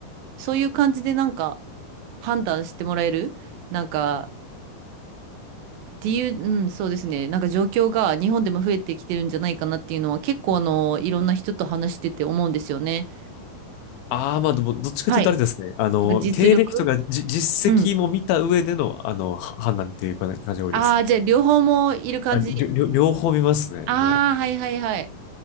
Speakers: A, on the right; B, on the left.
A: そういう感じでなんか判断してもらえる、なんか、っていう、うん、そうですね。なんか状況が日本でも増えてきてるんじゃないかなっていうのは結構あの、いろんな人と話してて思うんですよね。
B: ああ、まあでも、どっちかというとあれですね。
A: はい。
B: あの、
A: なんか実力
B: 経歴とかじ、実績も見た上での、
A: うん。
B: あの、は判断っていう感じが多いです。
A: ああ、じゃあ両方もいる感じ。
B: あ、りょ、りょ両方見ますね、
A: ああ、
B: も
A: はいはいはい。